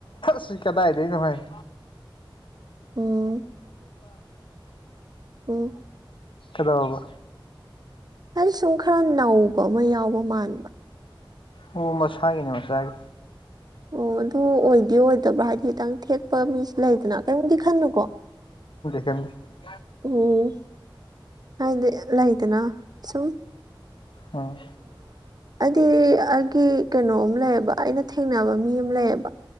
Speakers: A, on the left; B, on the right.
A: ꯁꯤ ꯀꯗꯥꯏꯗꯒꯤꯅꯣ ꯍꯥꯏꯥꯏ
B: ꯎꯝ ꯑꯣ
A: ꯊꯦꯗꯥꯕꯕꯥ
B: ꯍꯥꯏ ꯁꯨꯝ ꯈꯔ ꯅꯧꯕ ꯑꯃ ꯌꯥꯎꯕ ꯃꯥꯜꯂꯦ
A: ꯑꯣ ꯃꯁꯥꯒꯤꯅꯦ ꯃꯁꯥꯒꯤ
B: ꯑꯣ ꯑꯗꯨ ꯑꯣꯏꯗꯤ ꯑꯣꯏꯗꯕ꯭ꯔꯥ ꯍꯥꯏꯗꯤ ꯈꯤꯇꯪ ꯊꯦꯛꯄ ꯃꯤꯁꯦ ꯂꯩꯗꯅ ꯀꯩꯝꯨꯗꯤ ꯈꯟꯅꯨꯀꯣ
A: ꯀ
B: ꯎꯝ ꯍꯥꯏꯗꯤ ꯂꯩ ꯂꯩꯗꯅ ꯁꯨꯝ
A: ꯑꯝ
B: ꯑꯗꯨꯗꯤ ꯑꯩꯒꯤ ꯀꯩꯅꯣꯝ ꯂꯩꯌꯦꯕ ꯑꯩꯅ ꯊꯦꯡꯅꯕ ꯃꯤ ꯑꯃ ꯂꯩꯌꯦꯕ